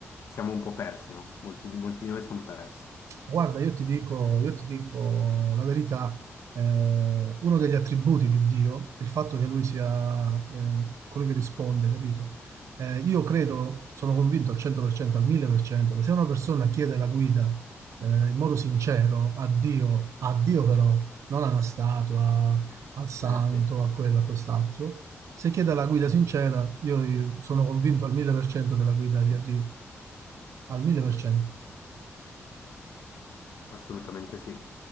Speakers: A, on the left; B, on the right.
A: siamo un po' persi, no? Molti di, molti di noi sono persi.
B: Guarda, io ti dico, io ti dico la verità, eh, uno degli attributi di Dio è il fatto che lui sia eh, quello che risponde, capito? Eh, io credo, sono convinto al 100%, al 1000%, che se una persona chiede la guida eh, in modo sincero a Dio, a Dio però, non a una statua, al santo,
A: Eh sì,
B: a quello, a quest'altro, se chiede la guida sincera, io, io sono convinto al 1000% che la guida gli arriva, al 1000%.
A: assolutamente sì.